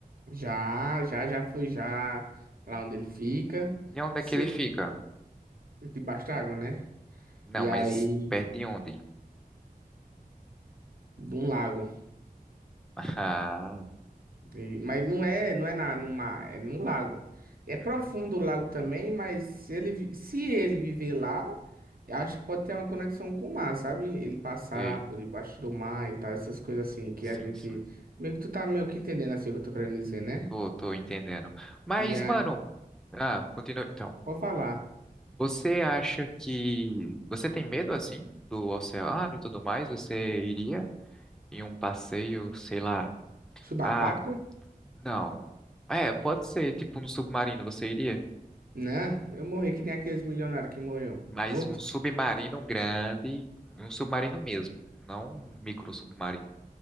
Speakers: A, on the right; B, in the centre.
A: Já, já, já fui já lá onde ele fica.
B: De onde
A: Se
B: é que ele
A: ele
B: fica?
A: debaixo d'água, né?
B: Não,
A: E
B: mas
A: aí,
B: perto de onde?
A: de um lago.
B: <laughs> Ah,
A: E- mas não é, não é na, no mar, é num lago. É profundo
B: uhum,
A: o lago também, mas se ele, vi- se ele viver lá, eu acho que pode ter uma conexão com o mar, sabe? Ele passar
B: sei.
A: por debaixo do mar e tal, essas coisas assim que
B: Sim,
A: a gente
B: sim.
A: meio que tu tá meio que entendendo assim o que eu tô querendo dizer, né?
B: Tô, tô entendendo. Mas,
A: E aí,
B: mano, ah, continua então.
A: vou falar.
B: Você acha que você tem medo assim do oceano e tudo mais? Você iria em um passeio, sei lá.
A: Subaquático?
B: Ah, não. É, pode ser, tipo no submarino, você iria?
A: Né? Eu morri que nem aqueles milionários que morreu.
B: Mas
A: Vou
B: num
A: te-
B: submarino grande, um submarino mesmo, não um micro submarino.